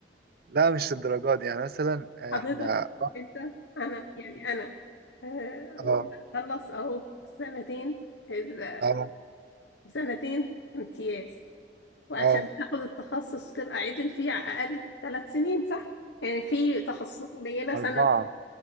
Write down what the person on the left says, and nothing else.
حضرتك
انت انا يعني انا آه،
خلص اهو سنتين ال-
سنتين امتياز وعشان
تاخد التخصص وتبقى عدل فيه على الاقل ثلاث سنين صح يعني في تخصصات قليله سنه